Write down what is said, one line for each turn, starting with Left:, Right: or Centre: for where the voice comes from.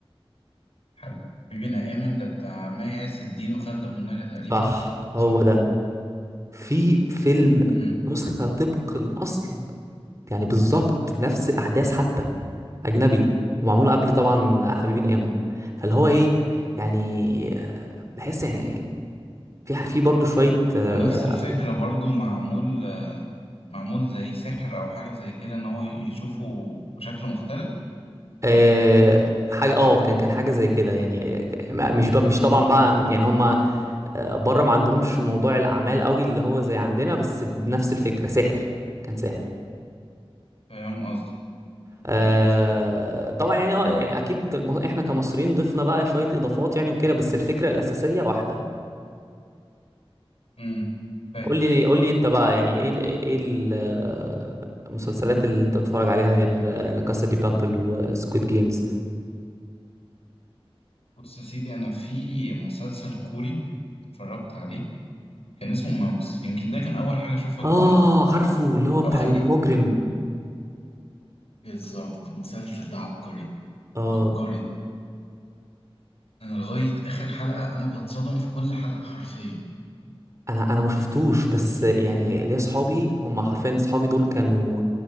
Left: حبيبنا أيمن ده بتاع مي عز الدين وخالد أبو النجا تقريبا
Right: صح هو
Left: صح؟
Right: ده في فيلم
Left: مم.
Right: نسخة طبق الأصل يعني بالظبط نفس الأحداث حتى أجنبي ومعمول قبل طبعا حبيبي نقامة فاللي هو إيه يعني آه، بحس يعني في ح- في برضه شوية آه،
Left: ونفس الفكرة
Right: أفلام
Left: برضو معمول معمول زي سحر او حاجه زي كده ان هو يشوفه بشكل مختلف
Right: آه، حاجة اه كان كان حاجة زي كده يعني آه، ما- مش بقى مش طبعا بقى يعني هما آه، بره ما عندهمش موضوع الأعمال قوي اللي هو زي عندنا بس بنفس الفكرة سحر كان سحر
Left: فاهم قصدي
Right: آه
Left: امم
Right: طبعا يعني هو يعني اكيد الم- احنا كمصريين ضفنا بقى شويه اضافات يعني وكده بس الفكره الاساسيه واحده
Left: امم فاهم
Right: قول لي قول لي انت بقى يعني ايه ال- ايه ال- آه، المسلسلات اللي انت بتتفرج عليها غير آه، لا كاسا دي بابل وسكويد جيمز
Left: بص يا سيدي انا في مسلسل كوري اتفرجت عليه كان اسمه ماوس يمكن ده كان اول حاجه اشوفها
Right: اه
Left: كوري
Right: عارفه اللي هو بتاع
Left: او خليه
Right: المجرم
Left: بالظبط المسلسل ده عبقري
Right: اه
Left: عبقري انا لغايه اخر حلقه انا بتصدم في كل حلقه حرفيا
Right: انا انا ما شفتوش بس يعني ليا صحابي هم حرفيا صحابي دول كانوا